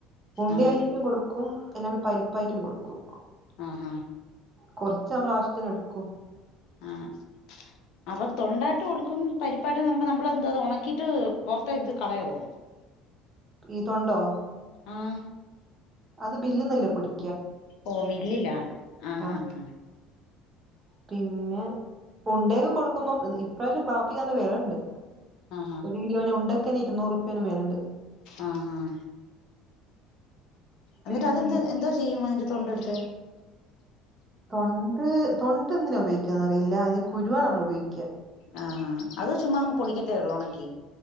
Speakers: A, on the right (about 30°); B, on the left (about 55°).
A: ഉണ്ടയാക്കിട്ടും
B: ആഹ്
A: കൊടുക്കും എല്ലാണ്ട് പരിപ്പായിറ്റും കൊടുക്കും
B: ആഹാ
A: കൊറച്ചമ്മളാവശ്യത്തിനെടുക്കും
B: ആഹ് അവർ തൊണ്ടായിട്ട് കൊട്ക്കും. പരിപ്പായിട്ട്ന്ന് പറിമ്പം നമ്പള് എന്താത് ഒണക്കിട്ട് പൊറത്തേത് കളയവോ?
A: ഈ തൊണ്ടോ?
B: ആഹ്
A: അത് ബില്ല്ന്നല്ലേ പൊടി
B: ഓ മില്ലില്ലാ ആഹ്
A: ആ
B: ആഹ്ആഹ്
A: പിന്നെ കൊണ്ടേയ്ക്കെ കൊടുക്കുമ്പം ഇപ്രാവശ്യം കാപ്പിക്കല്ല വെലണ്ട്.
B: ആഹ് ആഹ്
A: ഒരു കിലോനെ ഉണ്ടക്കന്നെ ഇരുന്നൂറുപ്പ്യന്റെ മേലെണ്ട്
B: ആഹ് ആഹ് എന്ന്ട്ട്
A: പിന്നെ
B: അതെന്താ എന്തോ ചെയ്യും അയിന്റെ തൊണ്ടെട്ത്ത്?
A: തൊണ്ട് തൊണ്ടന്തിനാ ഉപയോഗിക്കാന്നറിയില്ലാ. അയിലെ കുരുവാനമ്മൾ ഉപയോഗിക്കാ.
B: ആഹ് ആഹ് അത് ചുമ്മ അങ് പൊടിക്കത്തേ ഒള്ളോ ഒണക്കി